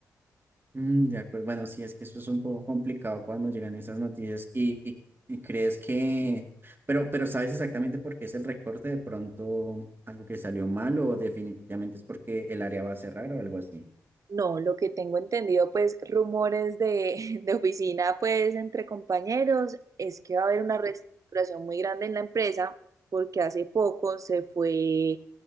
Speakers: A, on the right; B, on the right.
A: Mm, de acuerdo, bueno, sí, es que eso es un poco complicado cuando llegan esas noticias y, y- y crees que, pero, pero ¿sabes exactamente por qué es el recorte? ¿De pronto algo que salió mal o definitivamente es porque el área va a cerrar o algo así?
B: No, lo que tengo entendido, pues rumores de, <laughs> de oficina, pues entre compañeros, es que va a haber una reestructuración muy grande en la empresa, porque hace poco se fue